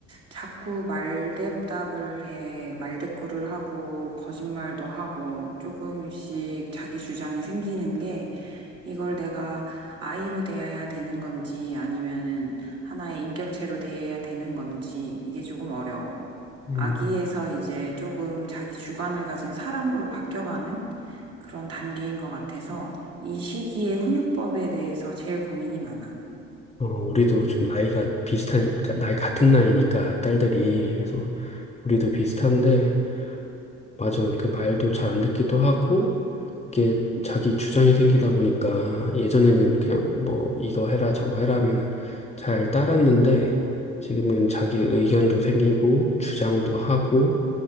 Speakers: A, on the right (about 45°); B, on the left (about 20°).
A: 자꾸 말대답을 해, 말대꾸를 하고, 거짓말도 하고, 조금씩 자기 주장이 생기는 게, 이걸 내가 아이로 대해야 되는 건지, 아니면은 하나의 인격체로 대해야 되는 건지, 이게 조금 어려워.
B: 음,
A: 아기에서 이제 조금 자기 주관을 가진 사람으로 바뀌어가는 그런 단계인 것 같아서, 이 시기에 훈육법에 대해서 제일 고민이 많아.
B: 어, 우리도 좀 나이가 비슷하니까, 나이 같은 나이니까 딸들이. 그래서 우리도 비슷한데, 맞아. 그 말도 잘 안 듣기도 하고, 이게 자기 주장이 생기다 보니까 예전에는 그냥 뭐 이거 해라 저거 해라 하면은 잘 따랐는데 지금은 자기 의견도 생기고 주장도 하고